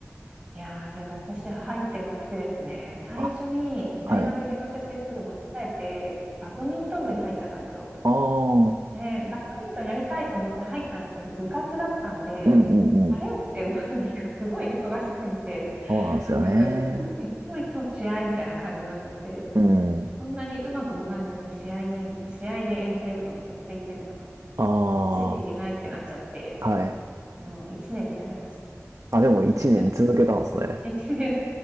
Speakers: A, on the right; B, on the right.
A: いやー、それが私入ってなくてですね、最初に大学入学してすぐ間違えて、
B: あ、はい。
A: バドミントン部に入っちゃったんですよ。
B: ああ、うん
A: で、バドミントンやりたいと思って入ったんですけど、部活だったんで、
B: うんうん。
A: あれって、もうなんかすごい忙しすぎて、
B: そうなんですよね。
A: なんか、いつもいつも試合みたいな感じになっちゃって、
B: うん。
A: そんなにうまくもないのに、試合に、試合で遠征とかめちゃくちゃ行ってて、なんか、
B: あ
A: ちょっとついていけないってなっちゃって、
B: あ、はい。
A: うん、一年でやめました。
B: あ、でも一年続けたんですね。
A: <laughs> 一年